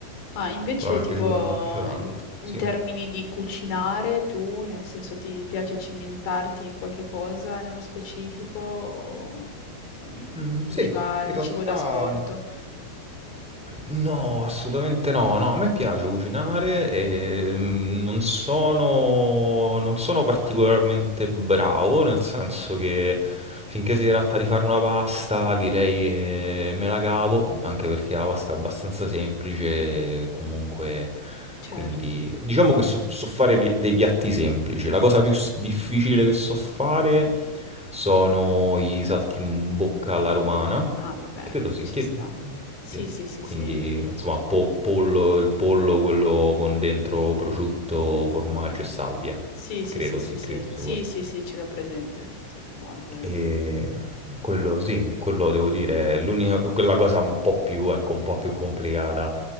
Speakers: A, on the left; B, in the centre.
A: Ma invece
B: quella mi
A: tipo
B: è piaciuta, mi è piaciuta
A: in,
B: tanto,
A: in
B: sì.
A: termini di cucinare tu, nel senso ti piace cimentarti in qualche cosa nello specifico o mm,
B: Mm,
A: viva
B: sì, in
A: il
B: realtà...
A: cibo da sport?
B: No, assolutamente no. No, a me piace cucinare e mm, non sono, non sono particolarmente bravo, nel senso che finché si tratta di fare una pasta, direi che me la cavo, anche perché la pasta è abbastanza semplice, comunque,
A: Certo.
B: quindi diciamo che so, so fare pi- dei piatti semplici. La cosa più s- difficile che so fare sono i salti in bocca alla romana.
A: Ah, vabbè,
B: Credo sì,
A: ci
B: chiedi.
A: sta. Sì,
B: Sì,
A: sì, sì,
B: quindi,
A: sì.
B: insomma, po pollo il pollo quello con dentro prosciutto, formaggio e salvia.
A: Sì, sì,
B: Credo,
A: sì, sì,
B: sì,
A: sì.
B: credo sia
A: Sì,
B: quello.
A: sì, sì, ce l'ho presente. Sì, sì, buono quello.
B: Ehm, quello sì, quello devo dire è l'unica quella cosa un po' più ecco, un po' più complicata,